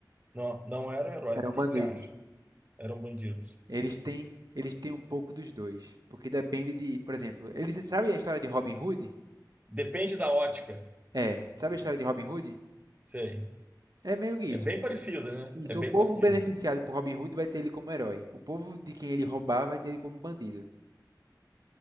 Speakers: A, on the right; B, on the right.
A: Não, não eram heróis.
B: eram
A: O que
B: bandidos.
A: que você acha? Eram bandidos.
B: Eles têm, eles têm um pouco dos dois, porque depende de, por exemplo, eles sabem a história de Robin Hood?
A: Depende da ótica.
B: É, sabe a história de Robin Hood?
A: Sei.
B: É meio que isso.
A: É bem parecido, né?
B: Isso,
A: É bem
B: o povo
A: parecido.
B: beneficiado por Robin Hood vai ter ele como herói. O povo de quem ele roubar vai ter ele como bandido.